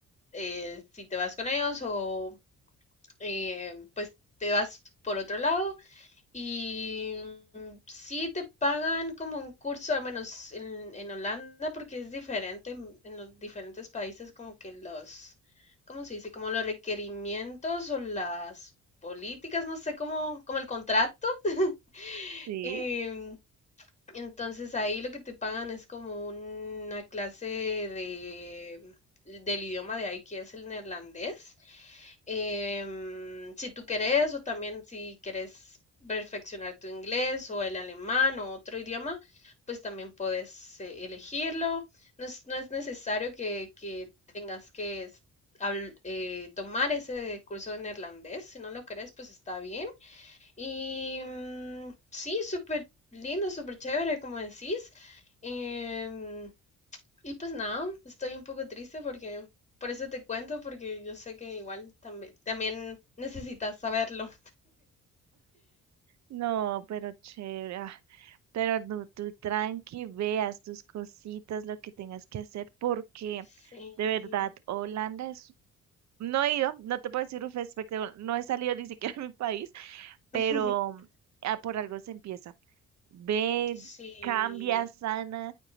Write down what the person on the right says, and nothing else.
¿sí?
No, pero chévere. ah, Pero no, tú tranqui, veas tus cositas, lo que tengas que hacer, porque
de verdad, Holanda es... No he ido, no te puedo decir un espectáculo, no he salido ni siquiera a mi país, pero
ah, por algo se empieza ve,
cambia, sana